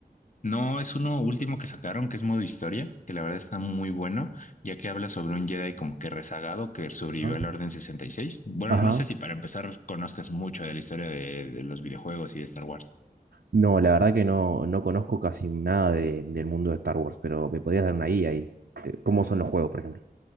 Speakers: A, on the left; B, on the right.
A: No, es uno último que sacaron, que es modo historia, que la verdad está muy bueno, ya que habla sobre un Jedi como que rezagado que sobrevivió
B: Ajá.
A: a la Orden sesenta y seis. Bueno,
B: Ajá.
A: no sé si para empezar conozcas mucho de la historia de, de los videojuegos y de Star Wars.
B: No, la verdad que no, no conozco casi nada de- del mundo de Star Wars, pero me podrías dar una guía ahí. Eh, ¿Cómo son los juegos, por ejemplo?